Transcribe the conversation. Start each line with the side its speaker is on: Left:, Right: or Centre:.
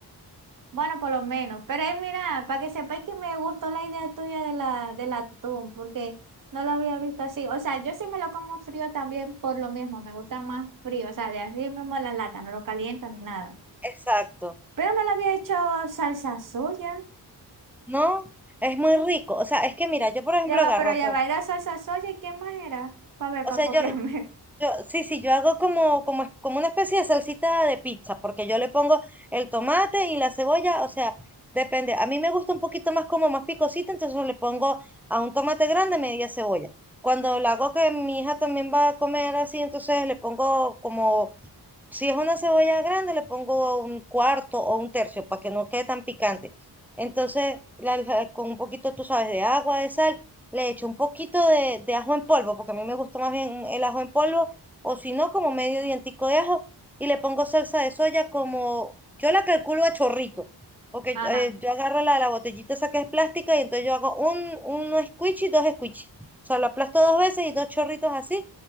Right: Bueno, por lo menos. Pero ahí mira, para que sepáis que me gustó la idea tuya de la, del atún, porque no lo había visto así. O sea, yo sí me lo como frío también por lo mismo, me gusta más frío. O sea, de así mismo la lata, no lo caliento ni nada.
Centre: Exacto.
Right: Pero no le había hecho salsa soya.
Centre: No, es muy rico. O sea, es que mira, yo por ejemplo
Right: Ya va,
Centre: agarro
Right: pero ya
Centre: todo.
Right: va, era salsa soya y qué más era. Para ver,
Centre: O
Right: para
Centre: sea,
Right: copiarme.
Centre: yo, yo, sí, sí, yo hago como, como, como una especie de salsita de pizza, porque yo le pongo el tomate y la cebolla, o sea, depende. A mí me gusta un poquito más como más picosita, entonces yo le pongo a un tomate grande media cebolla. Cuando la hago que mi hija también va a comer así, entonces le pongo como si es una cebolla grande, le pongo un cuarto o un tercio para que no quede tan picante. Entonces, la- la- con un poquito, tú sabes, de agua, de sal, le echo un poquito de, de ajo en polvo, porque a mí me gusta más bien el ajo en polvo, o si no, como medio dientico de ajo, y le pongo salsa de soya como, yo la calculo a chorrito, porque
Right: <laughs> Ajá.
Centre: eh, yo agarro la, la botellita esa que es plástica y entonces yo hago un, uno squishy y dos squishy. O sea, lo aplasto dos veces y dos chorritos así,